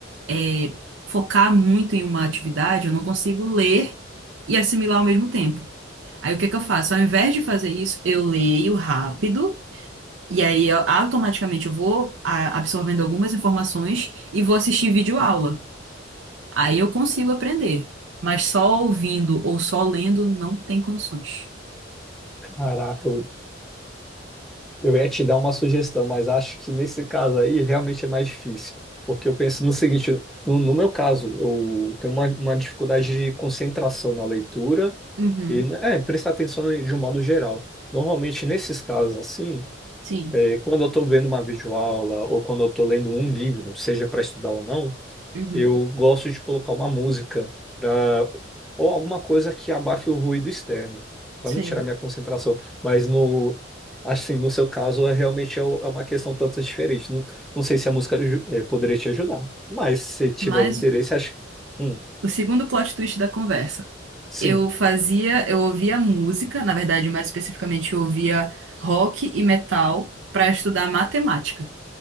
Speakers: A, on the right; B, in the centre.
A: é, focar muito em uma atividade, eu não consigo ler e assimilar ao mesmo tempo. Aí o que é que eu faço? Ao invés de fazer isso, eu leio rápido e aí eu- automaticamente eu vou a- absorvendo algumas informações e vou assistir videoaula. Aí eu consigo aprender, mas só ouvindo ou só lendo não tem condições.
B: Caraca, eu, eu ia te dar uma sugestão, mas acho que nesse caso aí realmente é mais difícil. Porque eu penso no seguinte, no, no meu caso, eu tenho uma, uma dificuldade de concentração na leitura
A: Uhum,
B: e é, prestar atenção de um modo geral. Normalmente, nesses casos assim,
A: sim,
B: é, quando eu estou vendo uma videoaula ou quando eu estou lendo um livro, seja para estudar ou não,
A: uhum,
B: eu gosto de colocar uma música para ou alguma coisa que abafe o ruído externo, para
A: sei.
B: não tirar minha concentração. Mas no assim, no seu caso, é realmente é o- é uma questão tanto diferente. Não, não sei se a música ju- eh, poderia te ajudar, mas se tiver
A: Mas
B: interesse, acho. Hum,
A: o segundo plot twist da conversa.
B: sim,
A: Eu fazia, eu ouvia música, na verdade, mais especificamente eu ouvia rock e metal para estudar matemática.